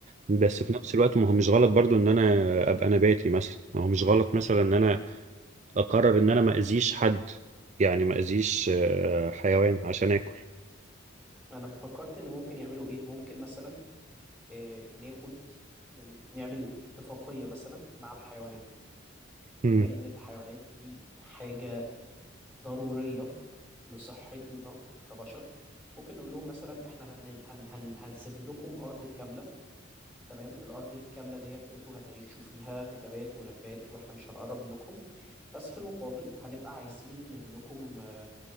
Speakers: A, on the right; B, in the centre.
A: بس
B: امم
A: في نفس الوقت ما هو مش غلط برضو ان انا ابقى نباتي مثلا ما هو مش غلط مثلا ان انا اقرر ان انا ما اذيش حد يعني ما اذيش آه، حيوان عشان اكل
B: انا فكرت ان ممكن يعملوا ايه ممكن مثلا آه، ناخد يعني نعمل اتفاقية مثلا مع الحيوانات بما
A: مم.
B: ان الحيوانات دي حاجة ضرورية لصحتنا كبشر ممكن نقول لهم مثلا احنا هن هن هن هنسيب لكم ارض كاملة تمام الارض الكاملة ديت انتوا هتعيشوا فيها في تبات ونبات واحنا مش هنقرب منكم بس في المقابل هنبقى عايزين منكم آه،